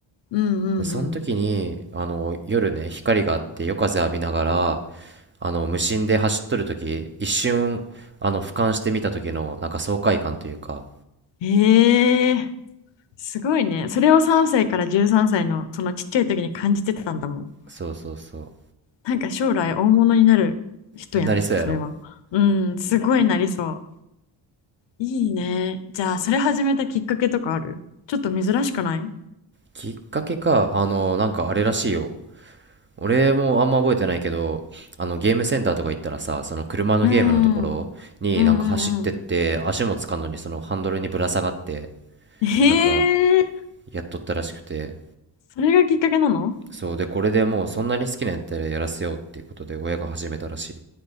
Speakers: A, on the left (about 70°); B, on the right (about 25°).
A: うんうん
B: で、その時に、あの、夜ね、光があって夜風浴びながら、あの、無心で走っとる時、一瞬、あの、俯瞰してみた時の、なんか爽快感というか、
A: うん。ええ、すごいね。それを3歳から13歳のそのちっちゃい時に感じてたんだもん。
B: そうそうそう。
A: なんか将来大物になる人やん、
B: えなりそうやろ。
A: それは。うん、すごいなりそう。いいね。じゃあ、それ始めたきっかけとかあるちょっと珍しくない
B: きっかけか、あの、なんかあれらしいよ。俺もあんま覚えてないけど、あの、ゲームセンターとか行ったらさ、その車のゲームのところになんか走ってって、
A: うんうんうんう
B: 足もつかんのにそのハンドルにぶら下がって、
A: ん。へえー、
B: なんかやっとったらしくて、
A: それがきっかけなの
B: そうで、これでもうそんなに好きなんやったらやらせようっていうことで親が始めたらしい。